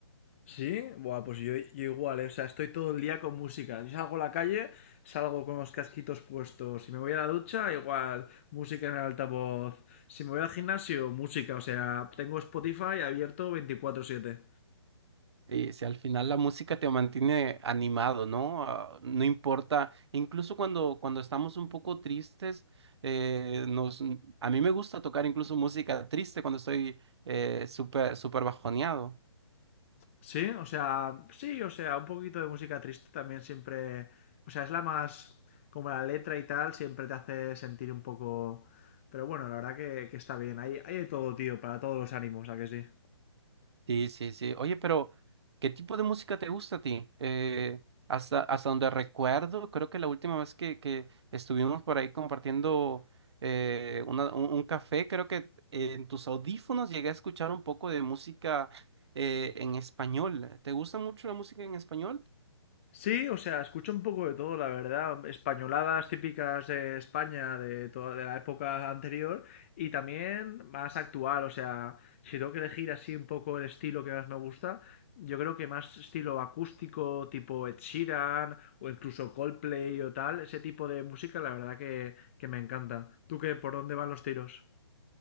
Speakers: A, on the left; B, on the right.
A: Sí, Buah, pues yo, yo igual, eh, O sea, estoy todo el día con música. Yo salgo a la calle, salgo con los casquitos puestos. Si me voy a la ducha, igual, música en el altavoz. Si me voy al gimnasio, música. O sea, tengo Spotify abierto veinticuatro siete.
B: Sí, sí, al final la música te mantiene animado, ¿no? Ah, no importa, incluso cuando, cuando estamos un poco tristes, eh, nos, a mí me gusta tocar incluso música triste cuando estoy eh, súper, súper bajoneado.
A: Sí, o sea, sí, o sea, un poquito de música triste también siempre, o sea, es la más, como la letra y tal, siempre te hace sentir un poco, pero bueno, la verdad que, que está bien, hay, hay de todo, tío, para todos los ánimos, ¿a que sí?
B: Sí, sí, sí. Oye, pero ¿qué tipo de música te gusta a ti? Eh, hasta, hasta donde recuerdo, creo que la última vez que, que estuvimos por ahí compartiendo eh, una- un, un café, creo que eh, en tus audífonos llegué a escuchar un poco de música eh, en español. ¿Te gusta mucho la música en español?
A: Sí, o sea, escucho un poco de todo, la verdad. Españoladas típicas de España de toda de la época anterior y también más actual. O sea, si tengo que elegir así un poco el estilo que más me gusta, yo creo que más estilo acústico, tipo Ed Sheeran o incluso Coldplay o tal, ese tipo de música, la verdad que, que me encanta. ¿Tú qué, por dónde van los tiros?